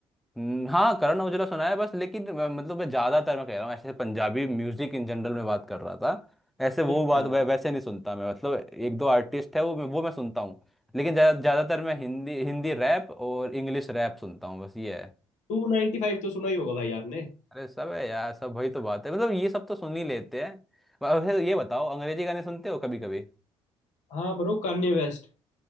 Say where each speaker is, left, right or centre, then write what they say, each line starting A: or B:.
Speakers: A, in the centre; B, on the left.
A: न- हाँ करण औजला सुना है बस लेकिन मैं- मतलब मैं ज्यादातर मैं कह रहा हूँ ऐसे पंजाबी म्यूजिक इन जनरल में बात कर रहा था ऐसे वो
B: अच्छा
A: बात वै, वैसे नहीं सुनता मैं मतलब एक दो आर्टिस्ट है वो मैं- वो मैं सुनता हूँ लेकिन ज्या- ज्यादातर मैं हिंदी हिंदी रैप और इंग्लिश रैप सुनता हूँ बस ये है
B: टू नाइनटी फाइव तो सुना ही होगा भाई आपने
A: अरे सब है यार सब वही तो बात है मतलब ये सब तो सुन ही लेते हैं वैसे ये बताओ अंग्रेजी गाने सुनते हो कभी कभी
B: हाँ ब्रो कान्ये वेस्ट